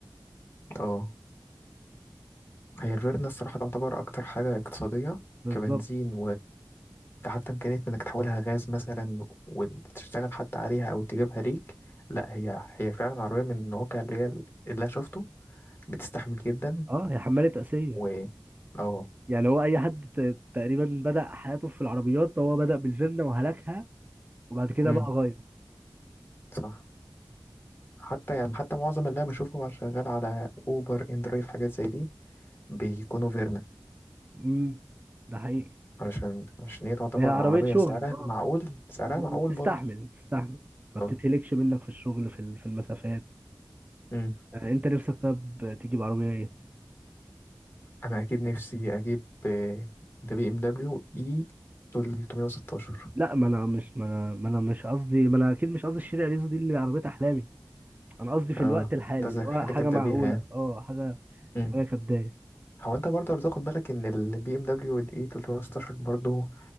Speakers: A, on the left; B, on the right.
A: اه هي الفيرنا الصراحة تعتبر أكتر حاجة اقتصادية
B: بالظبط
A: كبنزين حتى إمكانية إنك تحولها غاز مثلا وتشتغل حتى عليها أو تجيبها ليك لا هي هي فعلا عربية من الواقع اللي هي اللي أنا شفته بتستحمل جدا
B: اه هي حماله اسيه
A: و اه
B: يعني هو اي حد ت- تقريبا بدأ حياته في العربيات هو بدأ بالفيلا وهلكها وبعد كده
A: امم
B: بقى غير
A: صح حتى يعني حتى معظم اللي أنا بشوفه شغال على أوبر إندرايف حاجات زي دي بيكونوا فيرنا
B: امم ده حقيقي
A: علشان عشان هي تعتبر
B: هي عربية
A: عربية
B: شغل
A: سعرها
B: آه.
A: معقول سعرها
B: وبتستحمل
A: معقول برضه
B: بتستحمل ما
A: اه
B: بتتهلكش منك في الشغل في ال- في المسافات
A: امم
B: آه، انت نفسك طب تجيب عربية ايه
A: أنا أكيد نفسي أجيب آه، ده بي إم دبليو إي 316
B: لا ما انا مش ما انا ما انا مش قصدي ما انا اكيد مش قصدي الشريعة ريزو دي اللي عربية احلامي انا قصدي في
A: اه
B: الوقت الحالي
A: ده زي
B: اللي
A: حاجة
B: هو حاجة
A: تبدأ
B: معقولة
A: بيها يعني
B: اه حاجة
A: مم.
B: حاجة كبداية
A: هو انت برضه لو تاخد بالك ان البي ام دبليو الاي 316 برضه